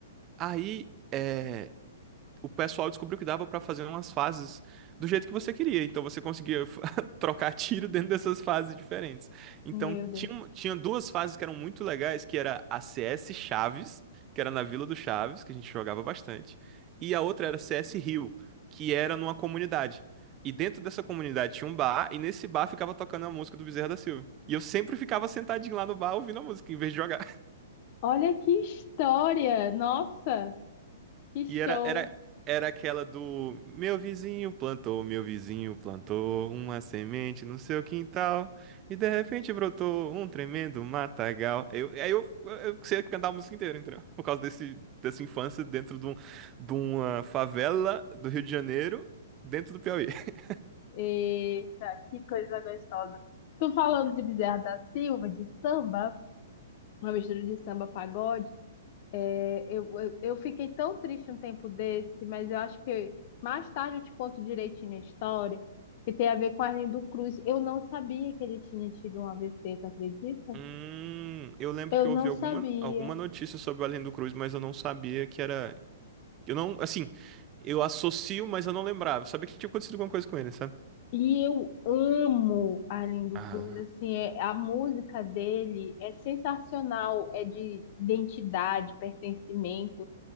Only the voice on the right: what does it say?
Aí. é, o pessoal descobriu que dava pra fazer umas fases do jeito que você queria. Então você conseguia <laughs> trocar tiro dentro dessas fases diferentes. Então
tinha, um- tinha duas fases que eram muito legais, que era a CS Chaves, que era na Vila do Chaves, que a gente jogava bastante, e a outra era CS Rio, que era numa comunidade. E dentro dessa comunidade tinha um bar, e nesse bar ficava tocando a música do Bezerra da Silva. E eu sempre ficava sentadinho lá no bar ouvindo a música, em vez de jogar.
E era, era, era aquela do meu vizinho plantou, meu vizinho plantou uma semente no seu quintal e de repente brotou um tremendo matagal. Eu, aí eu, eu sei cantar a música inteira, entendeu? Por causa desse, dessa infância dentro de, um, de uma favela do Rio de Janeiro, dentro do Piauí. <laughs>
Hum, eu lembro
que eu
ouvi alguma,
alguma notícia sobre o Além do Cruz, mas eu não sabia que era. Eu não, assim, eu associo, mas eu não lembrava. Eu sabia que tinha acontecido alguma coisa com ele, sabe?
Ah.